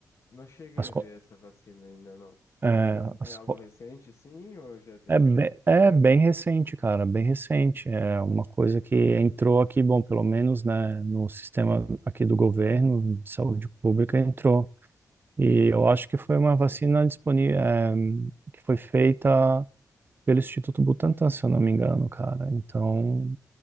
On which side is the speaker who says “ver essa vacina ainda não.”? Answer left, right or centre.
Left